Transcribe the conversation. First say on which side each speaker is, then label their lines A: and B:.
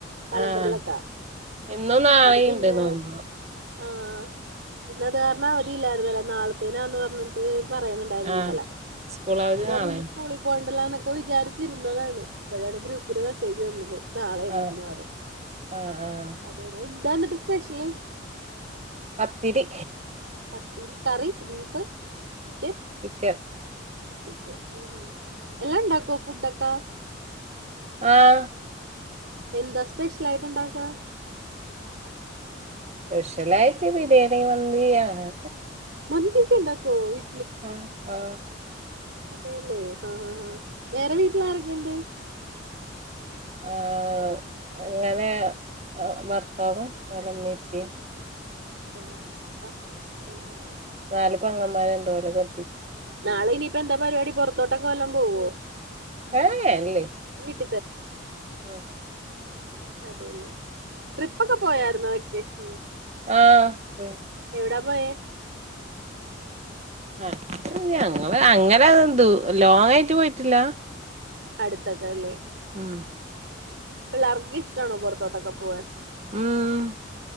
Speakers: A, on the right; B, on the right.
A: കലണ്ടറിലൊക്കാ
B: ആഹ് ഇന്നും നാളീണ്ട്
A: അത് പിന്നെ
B: നോൻപ്
A: ആഹ പിന്ന അത് കാരണം അവധി ഇല്ലായിരുന്നുുന്ന വല നാളത്തേനാന്ന് പറഞ്ഞിട്ട് പറയണ് ഉണ്ടായിരുന്നു
B: ആഹ്
A: ഇന്നലെ
B: സ്കൂൾ അവധി
A: അത് കാരണം
B: നാളേണ്
A: എന്ത് സ്കൂളിൽ പോവണ്ടല്ലോ വിചാരിച്ചിരുന്നതാണ് അപ്പയാണ് ഗ്രു പ്പ്ല് മെസ്സേജ് വന്നത് നാളെ ഇണ്ട്ന്ന്
B: ആഹ്
A: പറ
B: ആഹ് ആഹ്
A: അതെ അതെ ഇതാന്നിട്ട് സ്പെഷ്ല്
B: പത്തിരി
A: പത്തിരി കറി ബീഫ് ചിക്കൻ
B: ചിക്കൻ
A: ചിക്കൻ ആഹ് എല്ലാം ഇണ്ടാക്കോ ഫുഡൊക്കാ
B: ആഹ്
A: എന്താ സ്പെഷ്യലായിട്ട് ഇണ്ടാക്കാ
B: പെഷ്യലായിട്ട് ബിരിയാണി മന്തി ആഹ്
A: മന്തിക്കെ ഇണ്ടാക്കോ വീ
B: ആഹ് ആ
A: അതേല്ലേ ആഹ് ആഹ് ആഹ് വേറെ വീട്ടിളാരക്കെയിണ്ട്
B: ആഹ് എങ്ങനെ ഭർത്താവും ഓലെ ഇമ്മി ഇപ്പി
A: അല്ലേ ആഹ് നല്ല
B: നാല് പെങ്ങന്മാര്ണ്ട് ഓലെ കെ
A: നാളെ ഇനിയിപ്പം എന്താ പരിപാടി പൊറത്തോട്ടൊക്കെ വല്ലോം പോവോ
B: ഏഏ ഇല്ലേ
A: തന്നെ
B: ഉം
A: അതെ ലെ ട്രിപ്പ് ഒക്കെ പോയായിരുന്നോ വെക്കേഷൻല്
B: ആഹ് പോയി
A: എവടാ പോയേ
B: അത് ഞങ്ങള് അങ്ങനെ ദൂ ലോങ്ങായിട്ട് പോയിട്ടില്ല
A: അടുത്തക്ക ഇള്ളെ
B: ഉം
A: പിള്ളേർക്കിം ഇഷ്ടണോ പുറത്തോട്ടൊക്കെ പോവാൻ
B: ഉം